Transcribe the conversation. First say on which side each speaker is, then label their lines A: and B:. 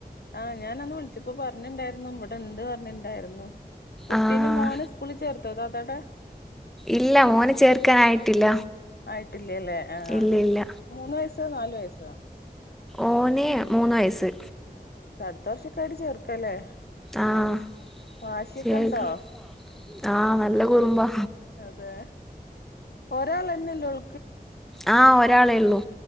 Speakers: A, on the left; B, in the centre.
A: ആ ഞാനന്ന് വിളിച്ചപ്പോ പറ ഞ്ഞിണ്ടായിരുന്നു ഇവിടെണ്ട് പറഞ്ഞിണ്ടായിരുന്നു. കുട്ടീന്റെ
B: ആഹ്
A: മോനെ സ്കൂളിൽ ചേർത്തോ താത്താടേ.
B: ഇല്ല മോനെ ചേർക്കാനായിട്ടില്ല.
A: ആയിട്ടില്ലല്ലേ ആഹ്
B: ഇല്ല ഇല്ല.
A: മൂന്ന് വയസ്സോ നാല് വയസ്സാ.
B: ഓനേ മൂന്ന് വയസ്സ്.
A: മൂന്ന് വയസ്സ് അടുത്ത വർഷക്കായിട്ട് ചേർക്കാ അല്ലേ
B: ആഹ്
A: വാശിയൊക്കെ
B: ശരിയായിരിക്കും
A: ഇണ്ടോ?
B: ആഹ് നല്ല കുറുമ്പാ
A: അതെ ഒരാളന്നെല്ലെ ഉൾ
B: ആ ഒരാളേ ഉള്ളൂ.